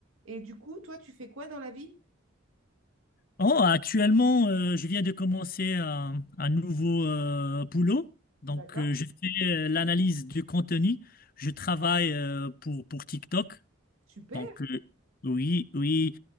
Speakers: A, on the right (about 85°); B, on the left (about 45°).
A: Et du coup, toi, tu fais quoi dans la vie?
B: Oh, actuellement, euh, je viens de commencer un, un nouveau euh, boulot. Donc,
A: D'accord.
B: euh, je fais euh, l'analyse du contenu. Je travaille euh, pour, pour TikTok.
A: Super.
B: Donc, euh, oui, oui,